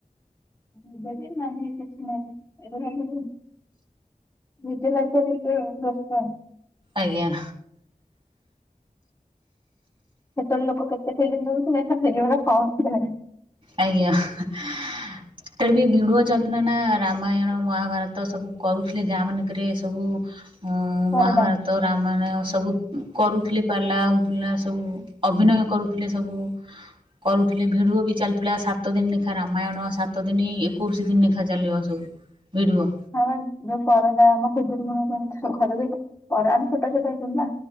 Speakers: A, on the left; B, on the right.
A: ଏବେ ବି ନାହିଁ କିଛି ନାହିଁ ଏବେ <unintelligible> ନିଜ ଲାଇଫଟା ନେଇକି ବ୍ୟସ୍ତ।
B: ଆଜ୍ଞା।
A: ହେତୋବେଳେ ଲୋକ କେତେ ଫିଲ୍ମ ଦେଖୁଥିଲେ ଏଥର ଫିଲ୍ମର ଫ ଅକ୍ଷର ନାହିଁ।
B: ଆଜ୍ଞା। ହେତଳେ ବି ଭିଡୁଅ ଚାଲୁଥୁଲା ନା ରାମାୟଣ, ମହାଭାରତ ସବୁ କରୁଥୁଲେ ଗାଁ ମାନଙ୍କରେ ସବୁ ଉଁ
A: ପରଦା
B: ମହାଭାରତ, ରାମାୟଣ ସବୁ କରୁଥୁଲି ପାଲା ହୋଉଥୁଲା ନା ସବୁ। ଅଭିନୟ କରୁଥୁଲେ ସବୁ କରୁଥୁଲେ ଭିଡୁଅ ବି ଚାଲ ସାତ ଦିନ ନେଖା ରାମାୟଣ ସାତ ଦିନି ଏକୋଇରିଶି ଦିନ ନେଖା ଚାଲିବ ସବୁ ଭିଡ଼ୁଅ।
A: ହଁ ଯୋଉ ପରଦା ଆମ ଖୁଦୁରୁକୁଣୀ ଓଷା <unintelligible> କରୁ ଯେ କରୁ ଆମେ ଛୋଟ ଛୋଟ ହୋଇଥିଲୁନା।